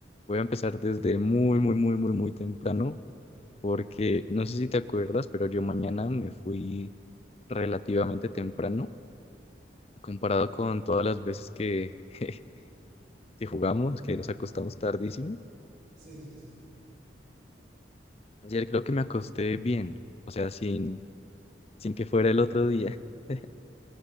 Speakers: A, on the left; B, on the right.
A: voy a empezar desde muy, muy, muy, muy, muy temprano porque no sé si te acuerdas, pero yo mañana me fui relativamente temprano comparado con todas las veces que... <laughs> Si jugamos,
B: <laughs>
A: que nos acostamos tardísimo.
B: Sí, sí, sí. <laughs>
A: Ayer creo que me acosté bien, o sea, sin, sin que fuera el otro día. <laughs>